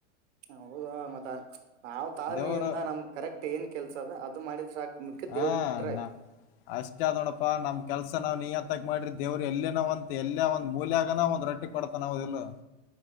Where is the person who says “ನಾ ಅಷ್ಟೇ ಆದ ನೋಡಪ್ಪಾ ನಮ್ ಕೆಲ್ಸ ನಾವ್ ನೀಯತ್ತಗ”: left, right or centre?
Left